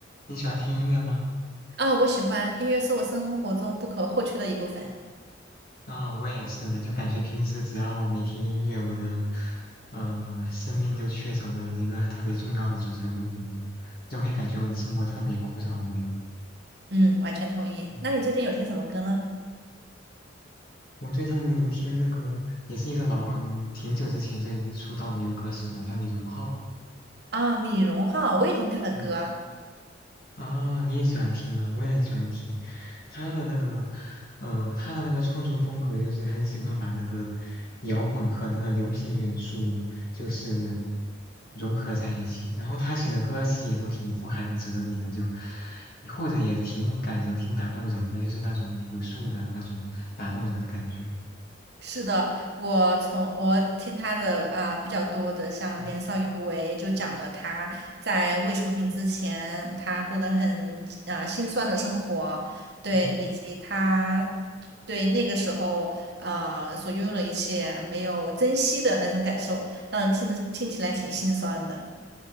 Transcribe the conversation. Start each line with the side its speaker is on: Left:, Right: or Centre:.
Left: 你喜欢听音乐吗？
Right: 啊，我喜欢音乐是我生活中不可或缺的一部分。
Left: 啊、我也是呢，就感觉平时只要没听音乐，我的呃生命就缺少了一个特别重要的组成部分吧，就会感觉我的生活特别枯燥无聊。
Right: 嗯，完全同意。
Left: 嗯，
Right: 那你最近有听什么歌呢？
Left: 我最近听那个也是一个老嗯挺久之前就出道的一个歌手了，叫李荣浩。
Right: 啊，李荣浩，我也听他的歌啊
Left: 对啊，你也喜欢听吗？我也很喜欢听他的那个，呃，他的那个创作风格就是很喜欢把那个摇滚和那个流行元素就是融合在一起，然后他写的歌词也都挺富含哲理的，就或者也挺感人、挺打动人的，就是那种朴素的那种打动人的感觉。
Right: 是的，我从我听他的啊、比较多的，像《年少有为》，
Left: 嗯
Right: 就讲了他在未成名之前，他过得很啊、辛酸的生活，对，
Left: 嗯
Right: 以及他对那个时候啊所拥有的一切没有珍惜的那种感受，让人听得听起来挺心酸的。